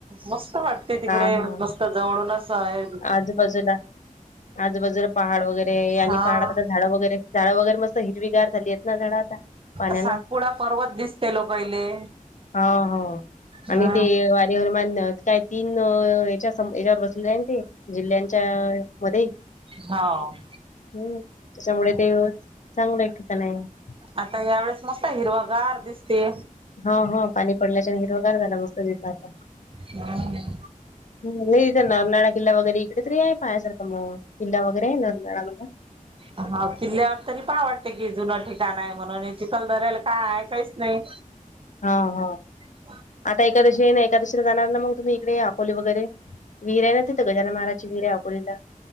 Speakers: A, on the right (about 40°); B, on the left (about 60°).
A: मस्त वाटते तिकडे
B: हा हा
A: मस्त तं जवळूनंच आहे.
B: आजूबाजूला आजूबाजूला पहाड वगैरे आणि
A: हा
B: पहाडात आता झाडं वगैरे झाडं वगैर मस्त हि हिरवीगार झाली येत ना झाडं आता पाण्यानं
A: सातपुडा पर्वत दिसते लोकायले.
B: हा हो आणि
A: हा
B: ते वारी हनुमान काय तीन याच्या याच्यावर बसले आहे ना ते जिल्ह्यांच्या मध्ये
A: हाव <inaudible>
B: हम्म त्याच्यामुळे ते चांगलं ठिकाण आहे.
A: आता यावेेळेस मस्त हिरवा गार दिसते.
B: हो हो पाणी पडल्याच्यान हिरवागार झाला मस्त तिथं आता.
A: हा.
B: नाही इथं नरनाळा किल्ला वगैरे इकडे तर ये. पाहायसारखं मग किल्ला वगैरे आहे नरनाळा म
A: हा किल्ल्यावर तरी पहावं वाटते की जुनं ठिकाण आहे म्हणून हे चिखलदऱ्याला काय हाय काहीच नाही
B: हा हा
A: <inaudible>
B: आता एकादशी आहे ना, एकादशीला जाणार ना मग तुम्ही इकडे अकोली वगैरे? विहिर आहे ना तिथं गजानन महाराजांची विहिर आहे अकोलीला.